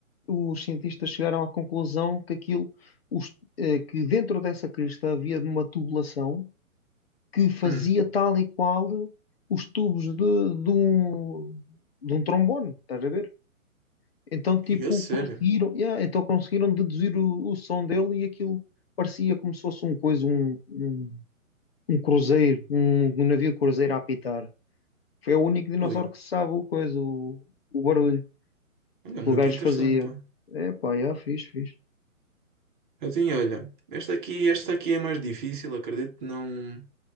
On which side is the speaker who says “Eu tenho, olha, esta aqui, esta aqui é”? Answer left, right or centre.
Right